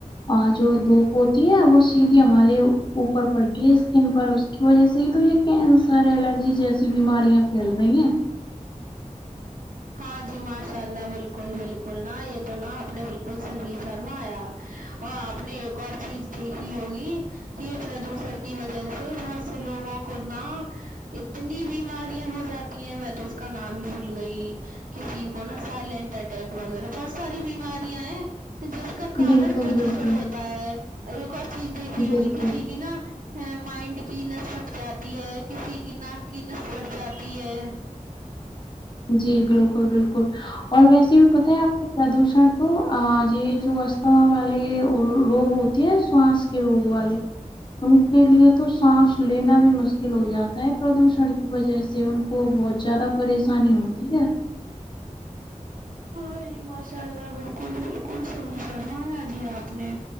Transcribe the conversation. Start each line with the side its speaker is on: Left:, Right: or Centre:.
Left: اور جو دھوپ ہوتی ہے وہ سیدھی ہمارے اوپر پڑتی ہے اسکن پر اس کی وجہ سے ہی تو یہ کینسر الرجی جیسی بیماریاں پھیل رہی ہیں
Right: ہاں جی ماشاء اللہ بال کل بالکل نہ یہ تو نہا آپ نے بالکل سبھی فرمایا اور آپ نے ایک اور چیز دیکھی ہوگی یہ پردوشن کی وجہ سے بہت سے لوگوں کو نہ اتنی بیماریاں ہو جاتی ہیں میں تو اس کا نام ہی بھول گئی کسی کو نا سائلینٹ اٹیک وغیرہ بہت ساری بیماریاں ہیں جس کا کران
Left: بالکل
Right: پردوشن
Left: بالکل
Right: ہوتا ہے ایک اور چیز دیکھی ہوگی
Left: بالکل
Right: کسی کی نا ا مائنڈ کی نس پٹ جاتی ہے کسی کی ناک کی نس بٹھ جاتی ہے
Left: جی بالکل بالکل اور ویسے بھی پتا ہے آپ کو پردوشن تو یہ جو استھما والے لوگ ہوتے یہ سوست کے روگ والے ان کے لیے تو سانس لینا بھی مشکل ہو جاتا ہے پردوشن کی وجہ سے سے ان کو بہت زیادہ پریشانی ہوتی ہے
Right: ہاں جی ماشاء اللہ بالکل بالکل صحیح فرمایا جی آپ نے